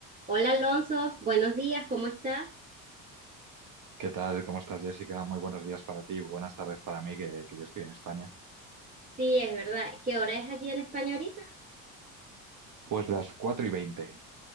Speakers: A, on the right; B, on the right.
A: Hola Alonso, buenos días, ¿cómo estás?
B: ¿Qué tal? ¿Cómo estás, Jessica? Muy buenos días para ti, buenas tardes para mí, que, que yo estoy en España.
A: Sí, es verdad. ¿Qué hora es allí en España ahorita?
B: Pues las cuatro y veinte.